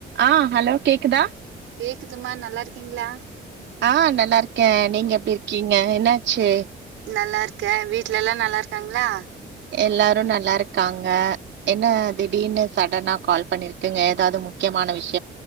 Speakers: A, on the right; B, on the right.
A: ஆ ஹலோ கேக்குதா
B: கேக்குதுமா நல்லா இருக்கீங்களா
A: ஆ நல்லா இருக்கே நீங்க எப்டி இருக்கீங்க என்னாச்சு
B: நல்லா இருக்கே வீட்ல எல்லா நல்லா இருக்காங்களா
A: எல்லாரு நல்லா இருக்காங்க என்ன திடீனு சடனா கால் பண்ணிருக்கிங்க ஏதாவது முக்கியமான விஷ்